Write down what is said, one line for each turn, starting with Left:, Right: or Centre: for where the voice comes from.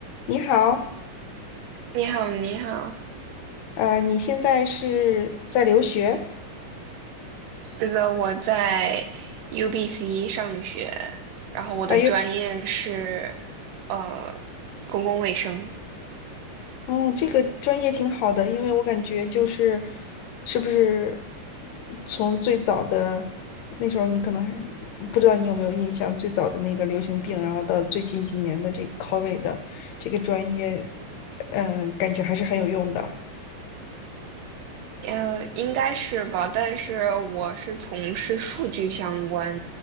Left: 你好，
Right: 你好，你好。
Left: 呃，你现在是在留学？
Right: 是的，我在 UBC 上学，然后我的专业是
Left: 啊？有，
Right: 呃公共卫生，
Left: 哦，这个专业挺好的，因为我感觉就是，是不是从最早的那时候，你可能还不知道你有没有印象，最早的那个流行病，然后到最近几年的这个 COVID 的这个专业，嗯、感觉还是很有用的。
Right: 呃应该是吧，但是我是从事数据相关